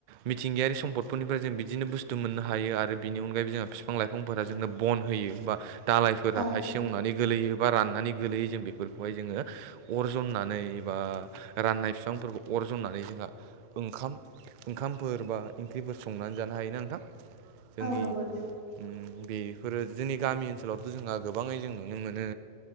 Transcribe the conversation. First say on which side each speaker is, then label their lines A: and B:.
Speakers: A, on the right; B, on the right.
A: मिथिंगायारि सम्पदफोरनिफ्राय जों बिदिनो बुस्थु मोननो हायो आरो बिनि अनगायैबो जोंहा बिफां लाइफांफोरा जोंनो बन होयो बा दालायफोराहाय
B: औ
A: सेवनानै गोगलैयो बा राननानै गोलैयो जों बेफोरखौहाय जोङो अर जननानै बा राननाय बिफांफोरखौ अर जन्नानै जोंहा ओंखाम ओंखाम फोर बा ओंख्रिफोर संनानै जानो हायोना नोंथां जोंनि
B: औ नंगौ
A: उम बेफोरो जोंनि गामि ओनसोलावथ' जोंहा गोबाङै जों नुनो मोनो